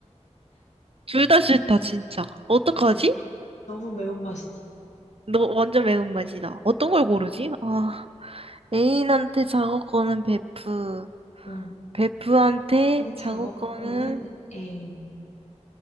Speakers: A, on the right; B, on the left.
A: 둘 다 싫다 진짜. 어떡하지?
B: 그지? 너무 매운맛이지.
A: 너 완전 매운맛이다. 어떤 걸 고르지? 아, 애인한테 작업권은 베프.
B: 음.
A: 베프한테
B: 근데 작업
A: 작업권은
B: 거는 애인.